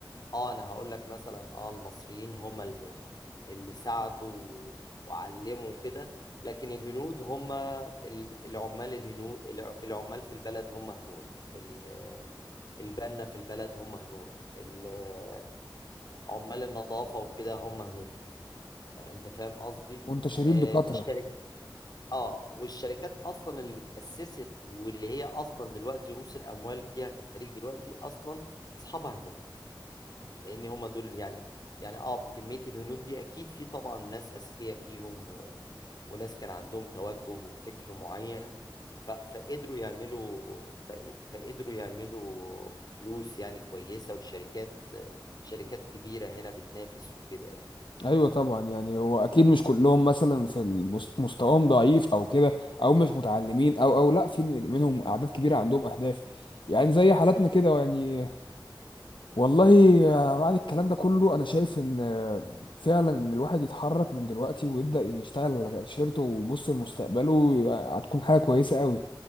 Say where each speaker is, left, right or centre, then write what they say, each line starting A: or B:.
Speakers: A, on the left; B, on the left.
A: اه انا هقول لك مثلا اه المصريين هم اللي اللي ساعدوا وعلموا كده لكن الهنود هم ال- العمال الهنود الع- العمال في البلد هم هنود ال- البنا في البلد هم هنود ال- عمال النظافة وكده هم هنود انت فاهم قصدي
B: فمنتشرين
A: آه،
B: بكثرة
A: الشركات اه والشركات اصلا اللي اتاسست واللي هي اصلا دلوقتي رؤوس الاموال فيها في الخليج دلوقتي اصلا اصحابها هنود لان هم دول يعني يعني اه كميه الهنود دي اكيد في طبعا ناس اذكياء فيهم و... وناس كان عندهم توجه وفكر معين ف... فقدروا يعملوا ف... فقدروا يعملوا فلوس يعني كويسه والشركات شركات كبيره هنا بتنافس وكده يعني
B: ايوه طبعا يعني هو اكيد مش كلهم مثلا في المست- مستواهم ضعيف او كده او مش متعلمين او او لا في منهم اعداد كبيره عندهم اهداف يعني زي حالاتنا كده يعني والله بعد الكلام ده كله انا شايف ان فعلا إن الواحد يتحرك من دلوقتي ويبدا يشتغل على تاشيرته ويبص لمستقبله هتكون حاجه كويسه قوي